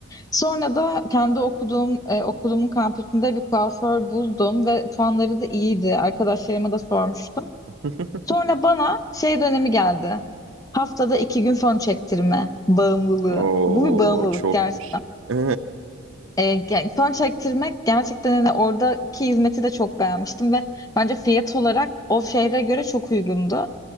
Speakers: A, on the left; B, on the right.
A: Sonra da kendi okuduğum e, okulumun kampüsünde bir kuaför buldum ve puanları da iyiydi. Arkadaşlarıma da sormuştum.
B: <laughs>
A: Sonra bana şey dönemi geldi. Haftada iki gün fön çektirme bağımlılığı.
B: Oo
A: Bu bir bağımlılık
B: çokmuş.
A: gerçekten.
B: <laughs> Ee,
A: E, yani fön çektirmek gerçekten hani oradaki hizmeti de çok beğenmiştim ve bence fiyat olarak o şehre göre çok uygundu.